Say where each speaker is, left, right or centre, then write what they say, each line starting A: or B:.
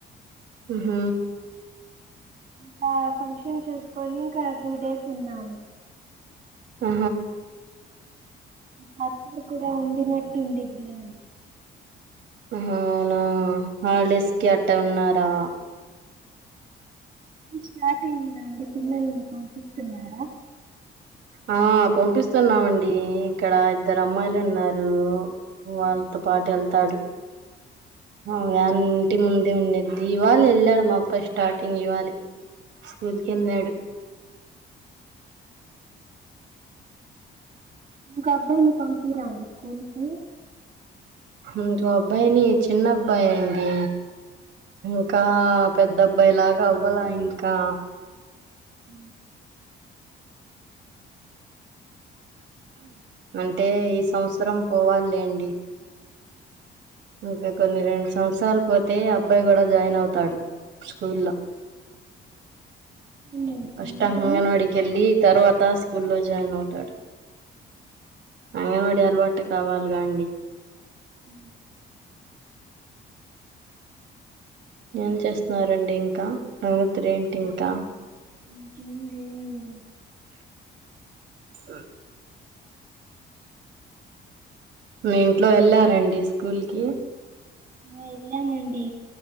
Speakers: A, on the right (about 70°); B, on the right (about 45°).
A: మ్మ్
B: ఇంకా ఫంక్షన్ చేసుకొని ఇంకా టూ డేస్ ఉన్నాము
A: ఆ
B: ఫస్ట్ కూడా ఉన్నట్టు ఉండిదిలే అని
A: అవునా హాలిడేస్ కి అట్టా ఉన్నారా
B: స్టార్ట్ అయిందిగాండి పిల్లల్ని పంపిస్తున్నారా
A: ఆ పంపిస్తున్నామండి ఇక్కడ ఇద్దరు అమ్మాయిలు ఉన్నారు వాళ్ళతో పాటు వెళ్తాడు అ ఇంటి ముందే ఉండిద్ది ఇవాలే వెళ్ళాడు మా అబ్బాయి స్టార్టింగ్ ఇవాలే స్కూల్ కి వెళ్ళాడు
B: ఇంకా అబ్బాయిని పంపిరా అండి స్కూల్ కి
A: ముందు అబ్బాయిని చిన్న అబ్బాయి అండి ఇంకా పెద్ద అబ్బాయి లాగా అవ్వాల ఇంకా
B: అ
A: అంటే ఈ సంవత్సరం పోవాలే అండి ఇంకా కొన్ని రెండు సంవత్సరాలు పోతే అబ్బాయి కూడా జాయిన్ అవుతాడు స్కూల్లో
B: ఇంకేంటండి
A: ఫస్ట్
B: సంగతులు
A: అంగన్వాడికి వెళ్ళి తర్వాత స్కూల్ లో జాయిన్ అవుతాడు అంగన్వాడి అలవాటు కావాలిగా అండి
B: అ
A: ఏం చేస్తున్నారండి ఇంకా సంగతులు ఏంటి ఇంకా
B: ఇంకేం లేవండి
A: హ్మ్ మీ ఇంట్లో వెళ్లారండి స్కూల్ కి
B: వెళ్ళామండి